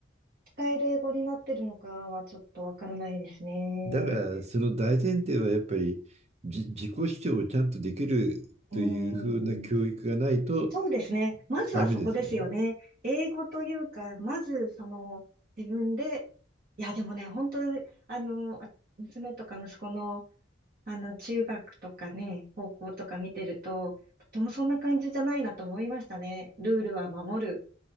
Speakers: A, on the right (about 50°); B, on the right (about 35°).
A: 使える英語になってるのかはちょっとわからないですね。
B: だからその大前提はやっぱりじ自己主張をちゃんとできるというふうな教育がないと
A: うーん。そうですね。まずはそこですよね。
B: ダメですよね。
A: 英語というか、まずその自分で、いやでもね、本当、あの、娘とか息子の、あの、中学とかね、高校とか見てると、とてもそんな感じじゃないなと思いましたね。ルールは守る。